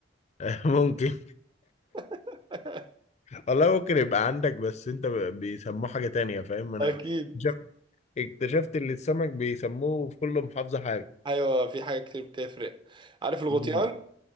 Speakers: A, on the left; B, on the right.
A: <laughs> ممكن
B: <laughs>
A: والله ممكن يبقى عندك بس انت ب- بيسموه حاجة تانية فاهم انا
B: اكيد
A: اكتشفت اكتشفت ان السمك بيسموه في كل محافظة حاجة
B: ايوه في حاجه كتير بتفرق عارف الغطيان
A: مم.